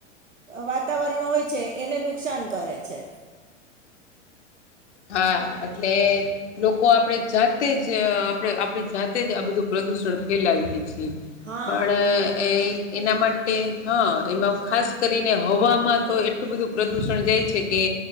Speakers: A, on the right; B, on the left.
A: વાતાવરણ હોય છે એને નુકસાન કરે છે <inaudible>
B: હા એટલે લોકો આપણેે જાતે જ આપણે આપણી જાતે જ આ બધું પ્રદુષણ ફેલાવીએ છીએ
A: હા
B: પણ એ એના માટે હા એમાં ખાસ કરીને હવામાં તો એટલું બધું પ્રદૂષણ જાય છે કે